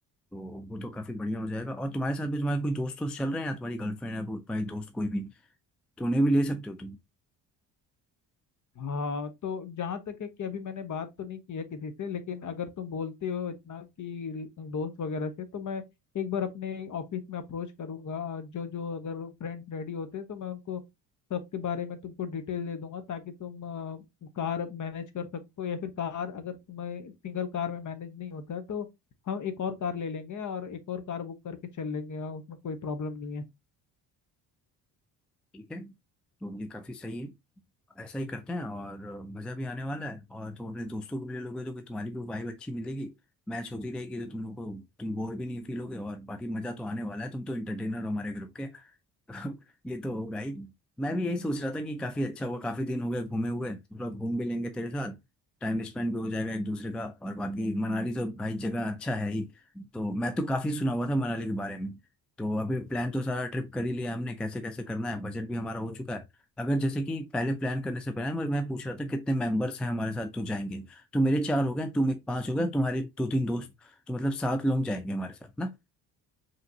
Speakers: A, in the centre; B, on the left (about 35°).
A: तो वो तो काफी बढ़िया हो जाएगा और तुम्हारे साथ भी तुम्हारे कोई दोस्त दोस्त चल रहे हैं या तुम्हारी गर्लफ्रेंड है वो, तुम्हारी दोस्त कोई भी तो उन्हें भी ले सकते हो तुम
B: हाँ तो जहाँ तक है कि अभी मैंने बात तो नहीं की है किसी से लेकिन अगर तुम बोलते हो इतना कि दोस्त वगैरह से तो मैं एक बार अपने ऑफिस में अप्रोच करूंगा जो जो अगर फ्रेंड रेडी होते हैं तो मैं उनको सबके बारे में तुमको डिटेल दे दूंगा ताकि तुम अ, कार मैनेज कर सको या फिर कार अगर तुम्हें सिंगल कार में मैनेज नहीं होता है तो हम एक और कार ले लेंगे और एक और कार बुक करके चल लेंगे और उसमें कोई प्रॉब्लम नहीं है
A: ठीक है तो ये काफी सही है ऐसा ही करते हैं और मजा भी आने वाला है और तुम अपने दोस्तों को भी ले लोगे तो फिर तुम्हारी भी वाइब अच्छी मिलेगी मैच होती रहेगी तो तुम लोग को तुम बोर भी नहीं फील होगे और बाकी मजा तो आने वाला है तुम तो इंटरटेनर हो हमारे ग्रुप के <laughs> ये तो होगा ही मैं भी यही सोच रहा था कि काफी अच्छा हुआ काफी दिन हो गए घूमे हुए थोड़ा घूम भी लेंगे तेरे साथ टाइम स्पेंड भी हो जाएगा एक दूसरे का और बाकी मनाली तो भाई जगह अच्छा है ही तो मैं तो काफी सुना हुआ था मनाली के बारे में तो अभी प्लान तो सारा ट्रिप कर ही लिया हमने कैसे कैसे करना है बजट भी हमारा हो चुका है अगर जैसे कि पहले प्लान करने से पहले मैं मैं पूछ रहा था कितने मेंबर्स हैं हमारे साथ तो जाएंगे तो मेरे चार हो गए तुम एक पांच हो गए तुम्हारे दो तीन दोस्त तो मतलब सात लोग जाएंगे हमारे साथ ना